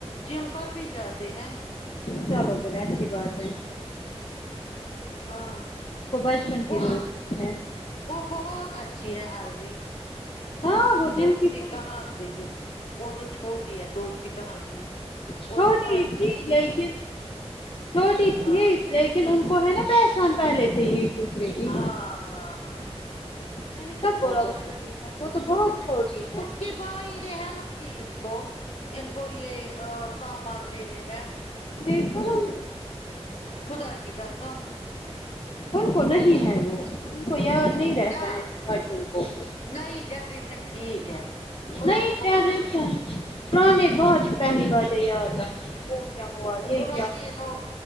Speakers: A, on the left (about 75°); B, on the left (about 50°).
A: جم پر بھی جاتے ہیں
B: چلو پھر اچھی بات ہے
A: ہاں
B: وہ بچپن
A: وہ
B: کی دوستی ہے
A: وہ بہت اچھی ہے عربی
B: ہاں وہ
A: دوستی
B: دل کی بہت
A: کہاں کی وہ تو چھوٹی ہے دوستی کہاں کی وہ
B: چھوٹی
A: تو ساحل
B: تھی
A: کی
B: لیکن
A: ہے
B: چھوٹی تھی
A: ہاں
B: لیکن ان کو ہے نا پہچان پہلے سے ہی دوسرے کی
A: ہاں ہاں ہاں
B: میں نے کب
A: وہ
B: بولا
A: تو
B: بکل <unintelligible> ہے وہ تو بہت چھوٹی ہے
A: کہ بھائی ان نے ہیلپ کی اس کو ان کو یہ سامان لینے میں
B: دیکھا ہم
A: خدا کی قسم
B: ان کو نہیں ہے وہ ان کو یاد نہیں رہتا
A: نہ
B: ہے بچوں کو
A: نئی جنریشن ٹھیک ہے پرانوں
B: نہیں
A: کو
B: تریس
A: پتہ نہیں
B: پر نے بہت پہلی برتھڈے یاد رکھتی ہیں وہ کیا ہوا یہ
A: پرانے
B: کیا
A: لوگ